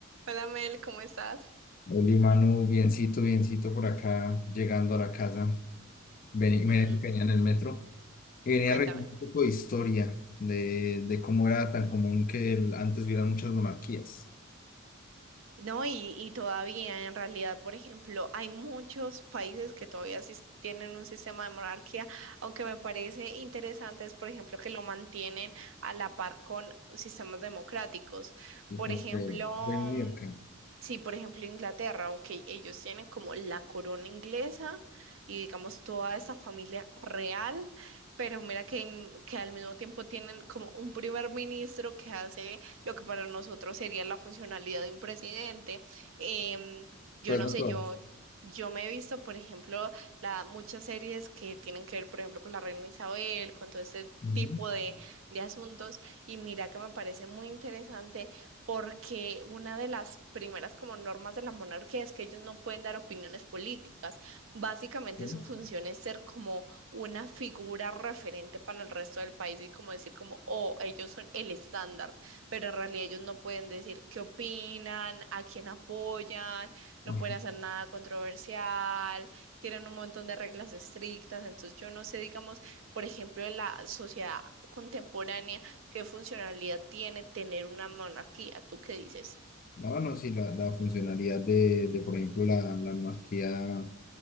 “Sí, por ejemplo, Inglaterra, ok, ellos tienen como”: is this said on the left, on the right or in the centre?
Right